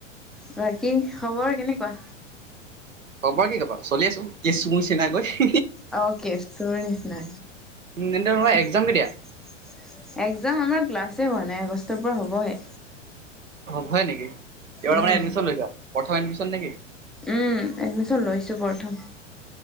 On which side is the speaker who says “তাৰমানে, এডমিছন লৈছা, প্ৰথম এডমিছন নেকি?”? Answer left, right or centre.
Right